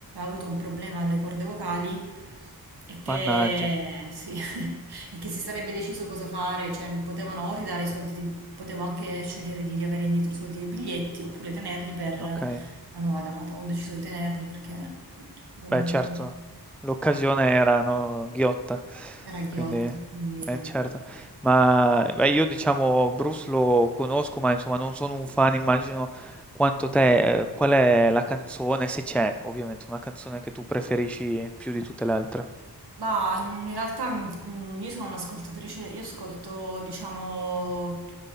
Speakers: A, on the right (about 75°); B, in the centre.
A: avuto un problema alle corde vocali e che,
B: mannaggia,
A: sì, <laughs> e che si sarebbe deciso cosa fare, cioè potevano o ridare i soldi, dei- potevo anche scegliere di riavere indietro i soldi dei biglietti oppure tenerli per la
B: ok.
A: nuova data. Ho deciso di tenerli perché appunto volevo,
B: Beh certo, l'occasione era, no, ghiotta,
A: era ghiotto
B: quindi
A: e quindi...
B: eh certo. Ma, beh io diciamo Bruce lo conosco, ma insomma non sono un fan, immagino quanto te. Eh, Qual è la canzone, se c'è ovviamente, una canzone che tu preferisci più di tutte le altre?
A: Bah, in realtà mm, mm, io sono un'ascoltatrice, io ascolto, diciamo,